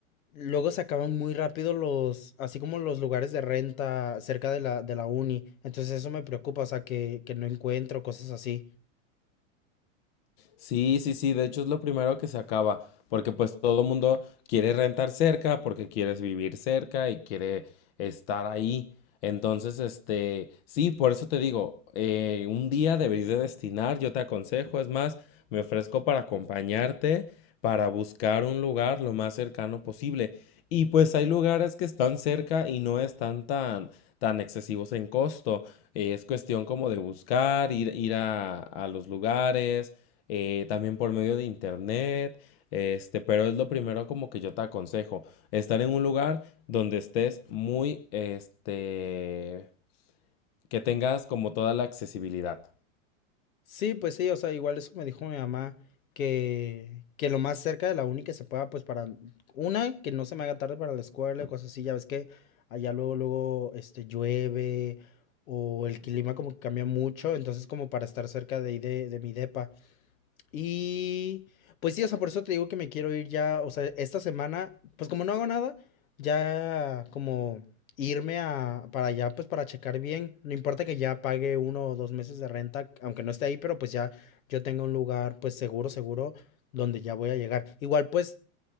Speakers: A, on the left; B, on the left.
A: luego se acaban muy rápido los, así como los lugares de renta cerca de la, de la uni, entonces eso me preocupa, o sea, que, que no encuentro cosas así.
B: Sí, sí, sí, de hecho es lo primero que se acaba, porque pues todo mundo quiere rentar cerca, porque quieres vivir cerca y quiere estar ahí. Entonces, este, sí, por eso te digo, eh, un día deberías de destinar, yo te aconsejo, es más, me ofrezco para acompañarte, para buscar un lugar lo más cercano posible. Y pues hay lugares que están cerca y no están tan, tan excesivos en costo. Eh, es cuestión como de buscar, ir, ir a a los lugares eh, también por medio de internet, este, pero es lo primero como que yo te aconsejo, estar en un lugar donde estés muy, este, que tengas como toda la accesibilidad.
A: Sí, pues sí, o sea, igual eso me dijo mi mamá, que, que lo más cerca de la uni que se pueda, pues para, una, que no se me haga tarde para la escuela y cosas así, ya ves que allá luego, luego, este, llueve o el clima como que cambia mucho, entonces como para estar cerca de ahí de, de mi depa. Y pues sí, o sea, por eso te digo que me quiero ir ya, o sea, esta semana, pues como no hago nada, ya como irme a para allá, pues para checar bien. No importa que ya pague uno o dos meses de renta, aunque no esté ahí, pero pues ya yo tenga un lugar, pues seguro, seguro, donde ya voy a llegar. Igual pues